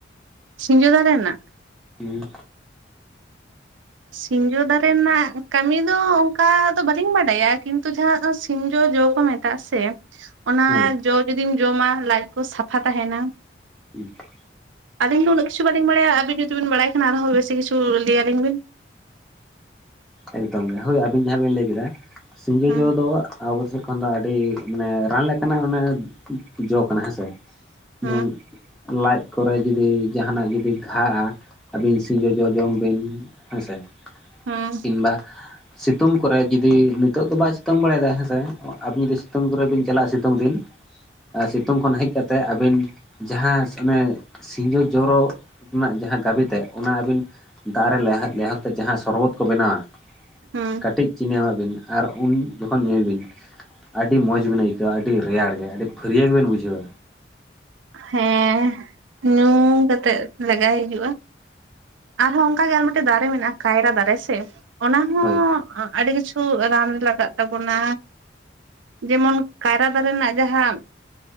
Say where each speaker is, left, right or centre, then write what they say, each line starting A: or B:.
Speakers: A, on the right; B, in the centre.
A: ᱥᱤᱧᱡᱚ ᱫᱟᱨᱮ ᱨᱮᱱᱟᱜ
B: ᱦᱩᱸ
A: ᱥᱤᱧᱡᱚ ᱫᱟᱨᱮ ᱱᱟᱜ ᱠᱟᱹᱢᱤ ᱫᱚ, ᱚᱝᱠᱟ ᱫᱚ ᱵᱟᱹᱞᱤᱧ ᱵᱟᱰᱟᱭᱟ᱾ᱠᱤᱱᱛᱩ ᱡᱟᱦᱟᱸ ᱥᱤᱧᱡᱚ ᱡᱚ ᱠᱚ ᱢᱮᱛᱟ ᱠᱟᱜ ᱥᱮ ᱚᱱᱟ
B: ᱦᱮᱸ
A: ᱡᱚ ᱡᱩᱫᱤᱢ ᱡᱚᱢᱟ ᱞᱟᱡᱽ ᱠᱚ ᱥᱟᱯᱷᱟ ᱛᱟᱦᱮᱸᱱᱟ᱾
B: <inaudible>
A: ᱟᱞᱤᱧ ᱫᱚ ᱩᱱᱟᱹᱜ ᱠᱤᱪᱩ ᱵᱟᱞᱤᱧ ᱵᱟᱲᱟᱭᱟ᱾ ᱟᱵᱤᱱ ᱡᱩᱫᱤᱵᱤᱱ ᱵᱟᱲᱟᱭ ᱠᱷᱟᱱ ᱟᱨᱚᱸ ᱵᱤᱥᱤ ᱠᱤᱪᱷᱩ ᱞᱟᱹᱭ ᱟᱞᱤᱧ ᱵᱤᱱ
B: ᱮᱠᱫᱚᱢ ᱜᱮ ᱦᱳᱭ᱾ ᱟᱹᱵᱤᱱ ᱡᱟᱦᱟᱸ ᱵᱤᱱ ᱞᱟᱹᱭ ᱠᱮᱫᱟ ᱥᱤᱧᱡᱚ
A: ᱦᱩᱸ
B: ᱡᱚ ᱫᱚ ᱟᱵᱚ ᱥᱮᱫ ᱠᱷᱚᱱ ᱫᱚ ᱟᱹᱰᱤ ᱢᱟᱱᱮ ᱨᱟᱱ ᱞᱮᱠᱟᱱᱟᱜ ᱚᱱᱮ ᱡᱚ ᱠᱟᱱᱟ ᱦᱮᱸᱥᱮ
A: ᱦᱩᱸ
B: ᱡᱮᱢᱚᱱ ᱞᱟᱡᱽ ᱠᱚᱨᱮ ᱡᱩᱫᱤ ᱡᱟᱦᱟᱸᱱᱟᱜ ᱡᱩᱫᱤ ᱜᱷᱟᱜᱼᱟ ᱟᱹᱵᱤᱱ ᱥᱤᱧ ᱡᱚᱼᱡᱚ ᱡᱚᱢ ᱵᱤᱱ ᱦᱮᱸᱥᱮ
A: ᱦᱩᱸ
B: ᱠᱤᱱᱵᱟ ᱥᱤᱛᱩᱝ ᱠᱚᱨᱮ ᱡᱩᱫᱤ ᱱᱤᱛᱚᱜ ᱫᱚ ᱵᱟᱭ ᱥᱤᱛᱩᱝ ᱵᱟᱲᱟᱭᱫᱟ ᱦᱮᱸᱥᱮ, ᱟᱵᱤᱱ ᱡᱩᱫᱤ ᱥᱤᱛᱩᱝ ᱠᱚᱨᱮ ᱵᱤᱱ ᱪᱟᱞᱟᱜᱼᱟ ᱥᱤᱛᱩᱝ ᱫᱤᱱ
A: <inaudible>
B: ᱥᱤᱛᱩᱝ ᱠᱷᱚᱱ ᱦᱮᱡ ᱠᱟᱛᱮᱫ᱾ ᱟᱹᱵᱤᱱ ᱡᱟᱦᱟᱸ ᱥᱤᱸᱡᱳ ᱡᱚᱨᱚ ᱨᱮᱱᱟᱜ ᱡᱟᱦᱟᱸ ᱜᱟᱵᱮ ᱛᱮᱫ ᱚᱱᱟ ᱟᱹᱵᱤᱱ ᱫᱟᱜ ᱨᱮ ᱞᱮᱦᱚᱫ ᱞᱮᱦᱟᱫ ᱛᱮ ᱡᱟᱦᱟᱸ ᱥᱚᱨᱵᱚᱛ ᱠᱚ ᱵᱮᱱᱟᱣᱟ᱾
A: ᱦᱩᱸ
B: ᱠᱟᱹᱴᱤᱡ ᱪᱤᱱᱤ ᱮᱢᱟᱜ ᱵᱤᱱ ᱟᱨ ᱩᱱ ᱡᱚᱠᱷᱚᱱ ᱧᱩᱭ ᱵᱤᱱ ᱟᱹᱰᱤ ᱢᱚᱡᱽ ᱵᱮᱱ ᱟᱹᱭᱠᱟᱹᱣᱟ, ᱟᱹᱰᱤ ᱨᱮᱭᱟᱲ ᱜᱮ ᱟᱹᱰᱤ ᱯᱷᱟᱹᱨᱭᱟᱹ ᱜᱮᱵᱤᱱ ᱵᱩᱡᱷᱟᱹᱣᱟ᱾
A: ᱦᱮᱸ ᱧᱩ ᱠᱟᱛᱮᱜ ᱞᱮᱜᱟᱭ ᱦᱤᱡᱩᱜ-ᱟ᱾ ᱟᱨᱦᱚᱸ ᱚᱱᱠᱟ ᱜᱮ ᱟᱨ ᱢᱤᱫᱴᱮᱡ ᱫᱟᱨᱮ ᱢᱮᱱᱟᱜᱼᱟ᱾ᱠᱟᱭᱨᱟ ᱫᱟᱨᱮ ᱥᱮ ᱚᱱᱟ ᱦᱚᱸ
B: ᱦᱳᱭ
A: ᱟᱹᱰᱤ ᱠᱤᱪᱷᱩ ᱨᱟᱱ ᱨᱮ ᱞᱟᱜᱟᱜ ᱛᱟᱵᱚᱱᱟ᱾ ᱡᱮᱢᱚᱱ ᱠᱟᱭᱨᱟ ᱫᱟᱨᱮ ᱨᱮᱱᱟᱜ ᱡᱟᱦᱟᱸ